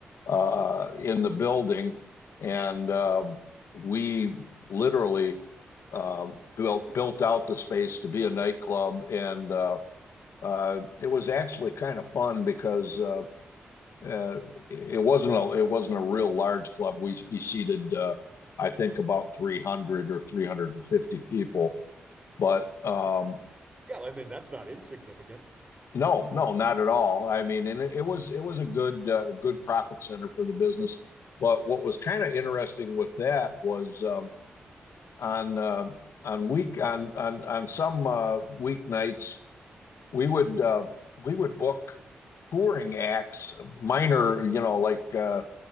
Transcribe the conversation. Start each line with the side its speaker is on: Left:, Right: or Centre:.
Left: uh, in the building, and uh, we literally uh, built built out the space to be a nightclub. And uh, uh, It was actually kind of fun because uh, uh, it wasn't a it wasn't a real large club. We we seated uh, I think about 300 or 350 people, but um,
Right: Yeah, I mean that's not insignificant.
Left: no, no, not at all. I mean, and it, it was it was a good uh, good profit center for the business. But what was kind of interesting with that was um, on uh, on week on on on some uh, weeknights we would uh, we would book touring acts, minor, you know, like uh,